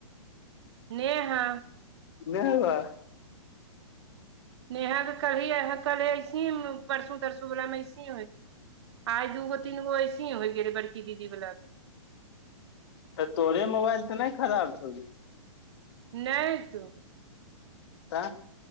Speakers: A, on the right; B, on the left.
A: नेहा।
B: नेहरा।
A: नेहा कभी कले ऐसे परसू -तरसू वालला मे ऐसे ही होइ। आइ दूगो तीन गो ऐसे ही होइ गेल रहे, बड़की दीदी बला मे।
B: तऽ तोरे मोबाइल तऽ नहि खराब छौ।
A: नेट
B: तऽ